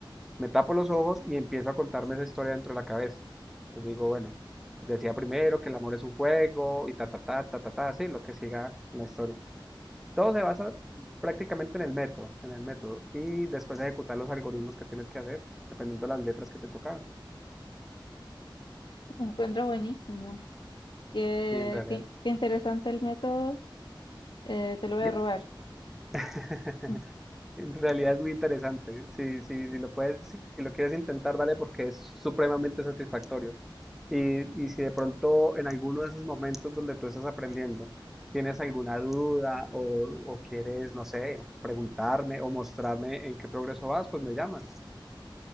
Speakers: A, in the centre; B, on the left.
A: me tapo los ojos y empiezo a contarme esa historia dentro de la cabeza. Entonces digo, bueno, decía primero que el amor es un juego y ta, ta, ta, ta, ta, ta, así, lo que siga en la historia. Todo se basa prácticamente en el método, en el método. Y después ejecutar los algoritmos que tienes que hacer, dependiendo de las letras que te tocaban.
B: lo encuentro buenísimo. Qué,
A: Y en realidad,
B: qué- qué interesante el método. Eh, te lo voy
A: y-
B: a robar.
A: <laughs>
B: <laughs>
A: en realidad es muy interesante. Si, si, si lo puedes, si lo quieres intentar, dale porque es supremamente satisfactorio. Y, y si de pronto en alguno de esos momentos donde tú estás aprendiendo tienes alguna duda o, o quieres, no sé, preguntarme o mostrarme en qué progreso vas, pues me llamas.